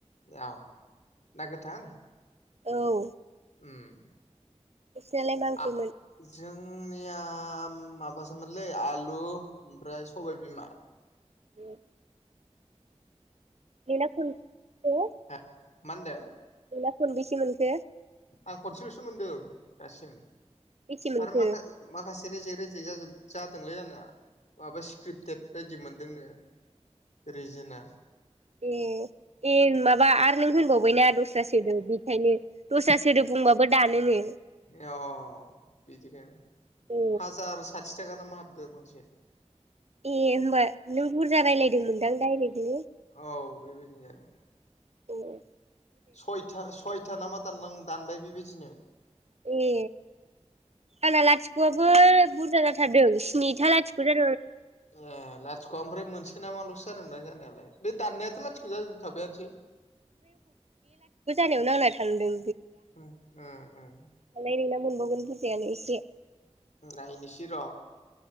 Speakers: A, on the left; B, on the right.
A: औ ना गोथां।
B: औ।
A: उम।
B: नोंसिनालाय बांसैमोन?
A: आ जोंनिया माबासोमोनलै आलु ओमफ्राय सबायबिमा।
B: उम बेना खनबैसे?
A: हो मा होनदो?
B: नोंना खनबेसे मोनखो?
A: आं खनसेल'सो मोनदों दासिम
B: बेसे मोनखो
A: आरो माखा-माखासे रेजेक रेजेक जाजोब जादोंलै आंना, माबा स्क्रिप्टेद बायदि मोनदोंनो रिजोना।
B: ए, ए माबा आरो नों होनबावबायना दस्रा सोदोब बेखायनो दस्रा सोदोब बुंबाबो दानो नो।
A: ए अ अ बिदिनो
B: औ
A: हाजार साथिथाखा नामा हाबदों खनसे।
B: ए होमबा नों बुरजा रायलायदोंमोनदां डायरेक्टलि?
A: औ बेबायदिनो जादोंदां!
B: औ
A: सयथा सयथा नामा दानलां दानबाय बेबायदिनो।
B: ए आंना लाथिख'आबो बुरजा जाथारदों स्निथा लाथिख' जा-
A: ए लाथिख'आ ओमफ्राय मोनसे नामाल'सो जादोंना जानायालाय, बे दाननायाथ' लाथिख' जाजोबखाबायानोसै।
B: <unintelligible> याव नांना थांदों
A: उ-उम-उम।
B: मालाय नोंना मोनबावगोन बुरजायानो इसे।
A: नायनिसै र'।